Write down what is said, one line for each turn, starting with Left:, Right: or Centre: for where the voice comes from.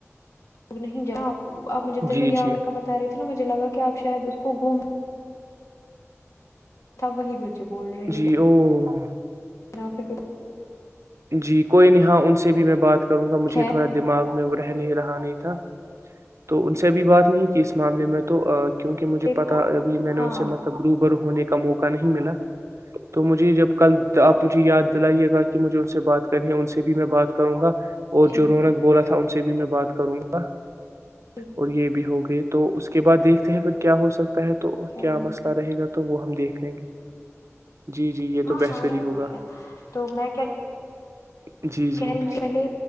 Left: لگ نہیں جانا آپجھے دن
Right: جی
Left: میں یاور
Right: جی
Left: کا بتا رہے تھے نا مجھے لگا کہ آپ شاید اس کو گھومنا وہی مجھے بول رہے لیکن
Right: جی وہ
Left: آپ پھر کچھ
Right: جی کوئی نہیں ہا ان سے بھی میں بات کر کروں گا مجھے
Left: خیر
Right: تھوڑا دما میں وہ رہنے رہا نہیں تھا تو ان سے ابھی بات نہیں کہ اس معاملے میں تو کیونکہ مجھے
Left: دیکھو
Right: پتا ابھی میں نے
Left: ہاں
Right: اس سے مطلب ہونے کا موقع نہیں ملا تو مجھے جب کل آپ مجھے یاد دلائیے گا کہ مجھے ان سے بات کرنی ہے ان سے بھی میں بات کروں گا اور
Left: ٹھیک
Right: جو رونک بولا تھا ان سے سے بھی میں بات کروں گا
Left: ٹھیک
Right: اور یہ بھی ہو گئے تو اس کے بعد دیکھتے ہیں پھر کیا ہو سکتا ہے تو
Left: جب
Right: کیا مسئلہ رہے تو وہ ہم دیکھ لیں گے جی جی یہ تو
Left: ہاں
Right: بہتر
Left: ہاں
Right: ہی
Left: بات
Right: ہوگا
Left: نہیں ہے تو میں کیا
Right: جی جی
Left: کہہ رہی پہلے